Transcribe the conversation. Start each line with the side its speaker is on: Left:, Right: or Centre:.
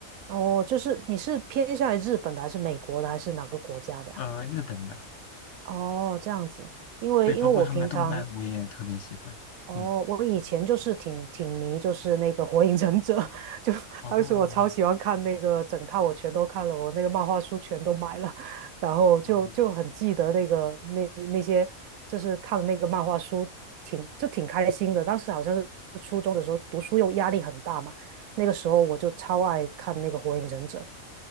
Right: 哦，就是你是偏向于日本的，还是美国的，还是哪个国家的呀
Left: <laughs> 呃，日本的，
Right: 哦，这样子，因为因为我平常
Left: 对，包括他们的动漫我也特别喜欢。
Right: 哦，
Left: 嗯，
Right: 我以前就是挺挺迷，就是那个《火影忍者》，<laughs> 就当时我超喜欢看那个整套，
Left: 哦，
Right: 我全都看了，我那个漫画书全都买了，<laughs> 然后就就很记得那个那那些，
Left: 然后
Right: 就是看那个漫画书挺就挺开心的。当时好像是初中的时候，读书又压力很大嘛，那个时候我就超爱看那个《火影忍者》。